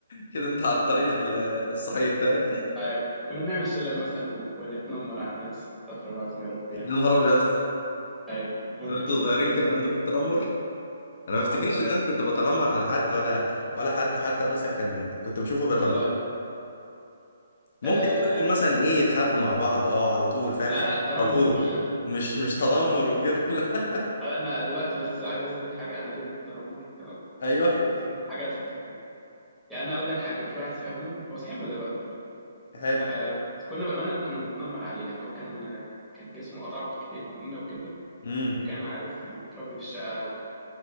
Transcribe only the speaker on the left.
كده انت على الطريق الصحيح فاهم
يا
نهار ابيض
لو انتوا
صغيرين كان عندكم التنمر انا ما افتكرش
ان
انا كنت بتنمر على حد ولا ولا حد حتى مثلا كان كنت بشوفه بتنمر
ممكن
اشوفهم مثلا ايه يتخانقوا مع بعض اه على طول فاهم
خناقة
على طول
مش مش تنمر
وكده
<laughs> لا
ايوه
<laughs> حلو
امم